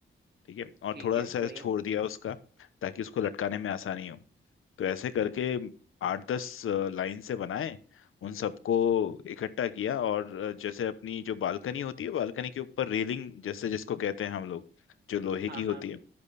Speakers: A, on the left (about 80°); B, on the right (about 55°).
A: ठीक है और
B: ठीक
A: थोड़ा
B: है
A: सा
B: बढ़िया
A: छोड़ दिया उसका ताकि उसको लटकाने में आसानी हो तो ऐसे करके आठ दस लाइन से बनाए उन सबको इकट्ठा किया और अ, जैसे अपनी जो बालकनी होती है बालकनी के ऊपर रेलिंग जैसे जिसको कहते हैं हम लोग जो लोहे
B: हाँ
A: की होती
B: हाँ
A: है